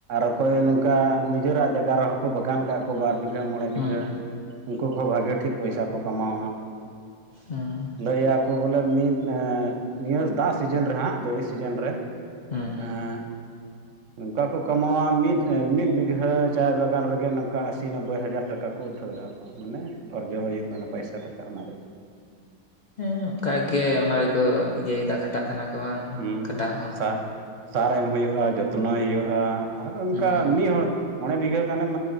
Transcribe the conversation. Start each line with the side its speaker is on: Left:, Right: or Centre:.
Right: ᱚᱠᱚᱭ ᱱᱚᱝᱠᱟ ᱱᱤᱡᱮᱨᱟᱜ ᱡᱟᱭᱜᱟ ᱨᱮᱦᱚᱸ ᱠᱚ ᱵᱟᱜᱟᱱ ᱠᱟᱜ ᱩᱱᱠᱩ ᱵᱟᱨ ᱵᱤᱜᱷᱟᱹ ᱢᱚᱬᱮ
Left: ᱦᱩᱸ
Right: ᱵᱤᱜᱷᱟᱹ ᱩᱱᱠᱩ ᱠᱚᱦᱚᱸ ᱵᱷᱟᱹᱜᱮ ᱴᱷᱤᱠ ᱯᱚᱭᱥᱟ ᱠᱚ ᱠᱟᱢᱣᱟ
Left: ᱦᱩᱸ
Right: ᱞᱟᱹᱭᱟᱠᱚ ᱵᱚᱞᱮ ᱢᱤᱫ ᱱᱤᱭᱟᱹ ᱫᱟᱜ ᱥᱤᱡᱤᱱ ᱨᱮ ᱦᱟᱸᱜ ᱡᱟᱹᱲᱤ ᱥᱤᱡᱤᱱ ᱨᱮ
Left: ᱦᱮᱸ ᱦᱮᱸ
Right: ᱮᱸᱜ ᱱᱚᱝᱠᱟ ᱠᱚ ᱠᱟᱢᱟᱣᱟ ᱢᱤᱫ ᱢᱤᱫ ᱵᱤᱜᱷᱟᱹ ᱪᱟᱭ ᱵᱟᱜᱟᱱ ᱨᱮᱜᱮ ᱱᱚᱝᱠᱟ ᱟᱥᱤ ᱱᱚᱵᱵᱳᱭ ᱦᱟᱡᱟᱨ ᱴᱟᱠᱟ ᱠᱚ ᱩᱴᱷᱟᱹᱣᱮᱫᱼᱟ ᱢᱟᱱᱮ ᱚᱨᱡᱚ ᱦᱩᱭᱩᱜ ᱠᱟᱱᱟ ᱯᱟᱭᱥᱟ ᱴᱟᱠᱟ ᱚᱱᱟ ᱨᱮᱭᱟᱜ
Left: ᱦᱮᱸ ᱚᱱᱠᱟᱜᱮ ᱚᱱᱟ ᱨᱮᱠᱚ ᱤᱭᱟᱹᱭᱮᱫᱟ ᱠᱷᱟᱴᱟᱜ ᱠᱟᱱᱟ ᱠᱚ ᱵᱟᱝ
Right: ᱦᱩᱸ
Left: ᱠᱷᱟᱴᱟᱜ ᱦᱚᱸ
Right: ᱥᱟ ᱥᱟᱨ ᱮᱢ ᱦᱩᱭᱩᱜᱼᱟ ᱡᱚᱛᱱᱚᱭ ᱦᱩᱭᱩᱜᱼᱟ ᱟᱨ ᱚᱱᱠᱟ
Left: ᱦᱩᱸ
Right: ᱢᱤᱫ ᱦᱚᱲ ᱢᱚᱬᱮ ᱵᱤᱜᱷᱟᱹ ᱜᱟᱱᱮᱢ